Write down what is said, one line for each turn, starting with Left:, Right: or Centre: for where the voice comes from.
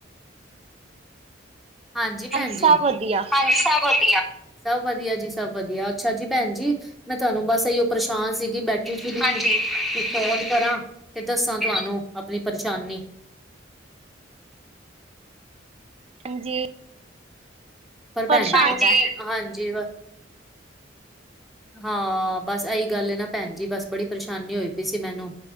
Centre: ਹਾਂਜੀ ਭੈਣ
Right: ਸਭ
Centre: ਜੀ।
Right: ਵਧੀਆ
Centre: ਸਭ ਵਧੀਆ। ਸਭ ਵਧੀਆ ਜੀ, ਸਭ ਵਧੀਆ ਅੱਛਾ ਜੀ ਭੈਣ ਜੀ। ਮੈਂ ਤੁਹਾਨੂੰ ਬਸ ਏਈਓ ਪਰੇਸ਼ਾਨ ਸੀ। ਜੀ ਬੈਠੀ <unintelligible> ਕੀ ਫੋਨ ਕਰਾਂ ਤੇ ਦੱਸਾਂ ਤੁਹਾਨੂੰ ਆਪਣੀ ਪਰੇਸ਼ਾਨੀ।
Right: ਹਾਂਜੀ।
Centre: ਔਰ ਭੈਣ
Right: ਪਰੇਸ਼ਾਨ
Centre: ਹਾਂਜੀ,
Right: ਦਾ
Centre: ਹਾਂਜੀ ਬ ਹਾਂ ਬਸ ਐਈ ਗੱਲ ਨਾ ਭੈਣ ਜੀ। ਬਸ ਬੜੀ ਪਰੇਸ਼ਾਨੀ ਹੋਈ ਪਈ ਸੀ ਮੈਨੂੰ।